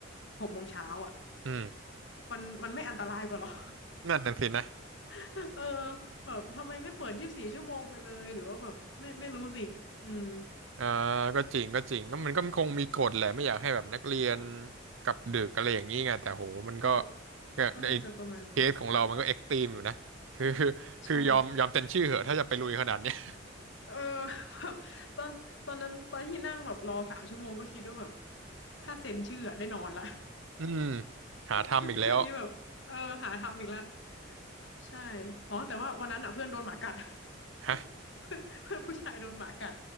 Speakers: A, on the left; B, on the right.
A: หกโมงเช้าอะ
B: อืม
A: มันมันไม่อันตรายกว่าหรอ
B: นั่นน่ะสินะ
A: <laughs> เออแบบทำไมไม่เปิดยี่สิบสี่ชั่วโมงไปเลยหรือว่าแบบไม่ไม่รู้สิอืม
B: อ่าก็จริงก็จริงก็มันก็คงมีกฎแหละไม่อยากให้แบบนักเรียนกลับดึกอะไรอย่างนี้ไงแต่โหมันก็
A: ก็
B: ก็ไอ
A: ก็น่าจะประมาณนั้น
B: เคสของเรามันก็เอ็กซ์ตรีมอยู่นะคือ
A: ใช่
B: คือยอมยอมเซ็นชื่อเหอะถ้าจะไปลุยขนาดเนี้ย
A: เออ <laughs> แบบตอนตอนนั้นตอนที่นั่งแบบรอสามชั่วโมงก็คิดว่าแบบถ้าเซ็นชื่ออะได้นอนละ
B: อืมหาทำอีกแล้ว
A: <laughs> อันนี้แบบเออหาทำอีกแล้วใช่ อ๋อแต่ว่าวันนั้นอ่ะเพื่อนโดนหมากัด
B: ฮะ
A: <laughs> เพื่อนเพื่อนผู้ชายโดนหมากัด